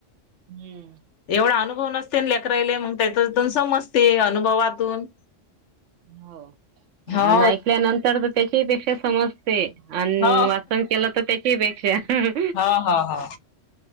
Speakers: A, on the right; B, on the left.
A: हम्म.
B: एवढा अनुभव नसते लेकररायले. मग त्याच्यातून समजते अनुभवातून.
A: हो.
B: हो
A: अन् ऐकल्यानंतर तर त्याच्याहि पेक्षा समज पे आन
B: हो
A: वाचन केलं तर त्याच्याही पेक्षा.
B: हो हो हो